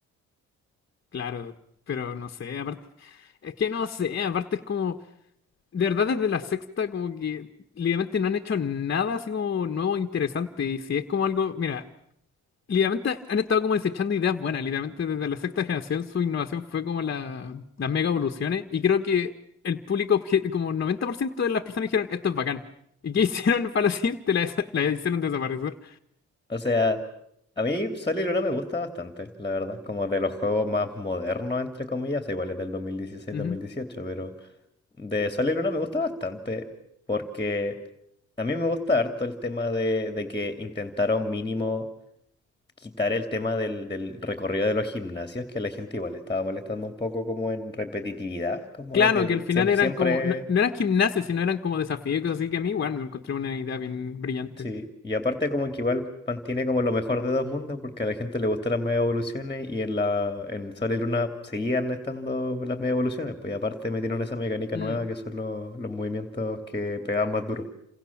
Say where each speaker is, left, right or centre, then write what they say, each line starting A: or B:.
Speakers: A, on the left; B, on the left.
A: claro, pero no sé, aparte, es que no sé, aparte es como, de verdad desde la sexta como que literalmente no han hecho nada así como nuevo e interesante, y si es como algo, mira, Literalmente han estado como desechando ideas buenas. Literalmente desde la sexta generación su innovación fue como la- las mega evoluciones. Y creo que el público, obje- como 90% de las personas dijeron, esto es bacán. ¿Y qué <laughs> hicieron para la siguiente? La, des- la hicieron desaparecer.
B: O sea, a mí Sol y Luna me gusta bastante, la verdad. Como de los juegos más modernos, entre comillas, o sea, igual es del dos dos mil dieciséis
A: Ujú.
B: mil dieciocho, pero de Sol y Luna me gusta bastante porque a mí me gusta harto el tema de, de que intentaron mínimo quitar el tema del, del recorrido de los gimnasios, que a la gente igual le estaba molestando un poco como en repetitividad, como
A: Claro,
B: de que
A: que al final
B: siempre,
A: eran
B: siempre
A: como, no, no eran gimnasios, sino eran como desafíos y cosas así que a mí igual me lo encontré una idea bien brillante.
B: Sí, y aparte como que igual mantiene como lo mejor de dos mundos, porque a la gente le gustan las mega evoluciones y en la en Sol y Luna seguían estando las mega evoluciones, pues y aparte metieron esa mecánica
A: Mm.
B: nueva que son los, los movimientos que pegan más duro.